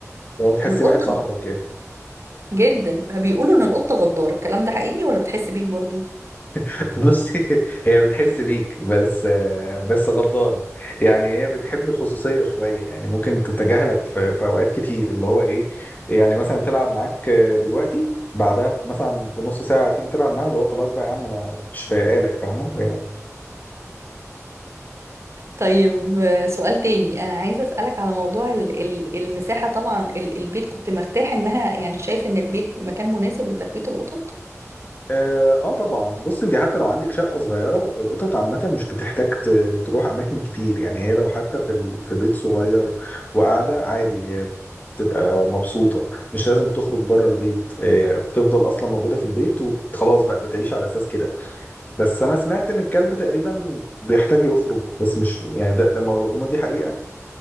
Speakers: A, on the left; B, on the right.
A: لو
B: القطه
A: تحسي واحد صاحبك يعني
B: جدا بيقولوا ان القطة غدارة الكلام ده حقيقي ولا بتحس بيك برضو
A: <laughs> بصي هي بتحس بيك بس بس غدارة يعني هي بتحب الخصوصية شوية يعني ممكن تتجاهلك في, في أوقات كتير اللي هو إيه يعني مثلا تلعب معاك دلوقتي بعدها مثلا بنص ساعة تيجي تلعب معاه اللي هو خلاص بقى يا عم أنا مش فايقالك فاهمة يعني
B: طيب آه، سؤال تاني انا عايزة اسألك على موضوع ال- ال- المساحة طبعا ال- البيت كنت مرتاح انها يعني شايف ان البيت مكان مناسب لتربية القطط
A: اه آه طبعا بص انت حتى لو عندك شقه صغيره القطط عامه مش بتحتاج ت- تروح اماكن كتير يعني هي لو حتى في ال- في بيت صغير وقاعده عادي هي بتبقى مبسوطه مش لازم تخرج بره البيت هي بتفضل اصلا موجوده في البيت وخلاص بقى بتعيش على اساس كده بس انا سمعت ان الكلب تقريبا بيحتاج يخرج بس مش يعني ده ده مو- دي حقيقه